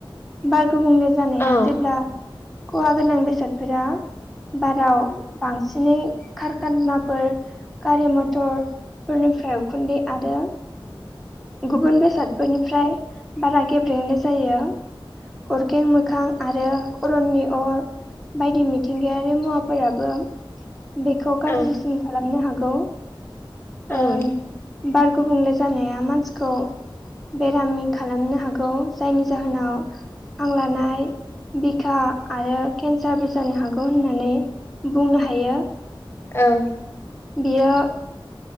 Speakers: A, in the centre; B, on the left.
A: बार गुबुंले जानाया
B: औ
A: जेब्ला खहा गोनां बेसादफोरा बाराव बांसिनै कारखानाफोर गारि मथर फोरनिफ्राय उखुन्दै आरो गुबुन बेसादफोरनिफ्राय बारा गेब्रेंनाय जायो अरगें मोखां आरो अरननि अर बायदि मिथिंगायारि मुवाफोराबो बेखौ गाज्रिसिन
B: औ
A: खालामनो हागौ
B: औ
A: ओ बार गुबुंले जानाया मानसिखौ बेरामि खालामनो हागौ जायनि जाहोनाव हां लानाय बिखा आरो केन्सारबो जानो हागौ होननानै बुंनो हायो
B: औ
A: बियो